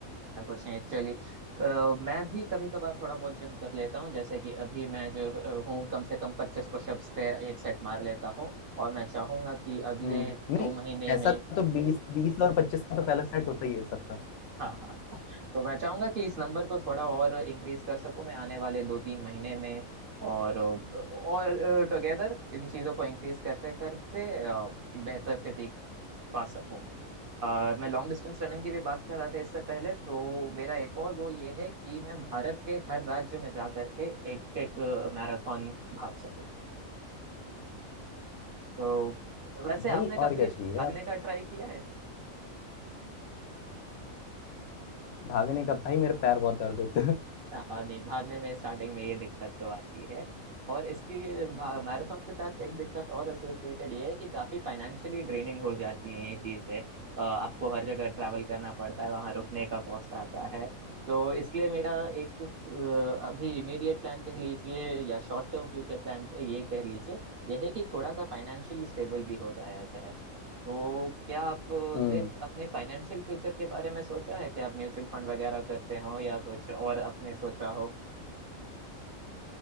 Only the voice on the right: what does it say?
ऐसा कुछ नहीं चलिए अ, मैं भी कभी कभार थोड़ा बहुत जिम कर लेता हूँ जैसे कि अभी मैं जो अ, हूँ कम से कम पच्चीस पुशअप्स के एक सेट मार लेता हूँ और मैं चाहूंगा कि अगले
दो
महीने
में
<laughs>
हाँ हाँ हाँ, तो मैं चाहूंगा कि इस नंबर को थोड़ा और इंक्रीज कर सकूं मैं आने वाले दो तीन महीने में और और टुगेदर इन चीजों को इंक्रीज करते करते अ, बेहतर प्रतीक पा सकूं अ, मैं लॉन्ग डिस्टेंस रनिंग की भी बात कर रहा था इससे पहले तो मेरा एक और गोल ये है कि मैं भारत के हर राज्य में जा करके एक एक मैराथन भाग सकूं तो वैसे
आपने कभी
भागने
का ट्राई किया है
हाँ हाँ, नहीं भागने में स्टार्टिंग में ये दिक्कत तो आती है और इसकी मैराथन के साथ एक दिक्कत और एसोसिएटेड ये है कि काफी फाइनेंशियली ड्रेनिंग हो जाती है ये चीजें अ, आपको हर जगह ट्रैवल करना पड़ता है वहां रुकने का कॉस्ट आता है तो इसलिए मेरा एक अ, अभी इमीडिएट प्लान कह लीजिए या शॉर्ट टर्म फ्यूचर प्लान ये कह लीजिए यह है कि थोड़ा सा फाइनेंशियली स्टेबल भी हो जाया जाए तो क्या आपने
अपने फाइनेंशियल फ्यूचर के बारे में सोचा है कि आप म्यूचुअल फंड वगैरह करते हो या कुछ और आपने सोचा हो